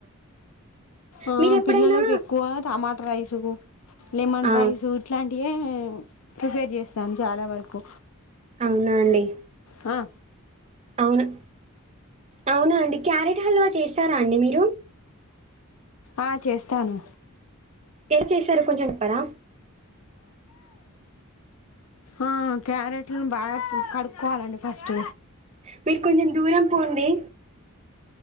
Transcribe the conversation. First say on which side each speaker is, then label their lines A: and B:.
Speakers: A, on the left; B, on the right.
A: ఆ
B: మీరు ఎప్పుడైనా
A: పిల్లలకి ఎక్కువ టమాట్ రైసుకు లెమన్
B: ఆ!
A: రైస్ ఇట్లాంటియే ప్రిపేర్ చేస్తాను చాలా వరకు
B: అవునా అండి.
A: కొ ఆ
B: అవును. అవునా అండి క్యారెట్ హల్వా చేస్తారా అండి మీరు
A: ఆ చేస్తాను
B: ఎల చేశారు కొంచెం చెప్పరా
A: ఆ క్యారెట్లను బాగా కడుక్కోవాలండి ఫస్ట్
B: మీరు కొంచెం దూరం పోండి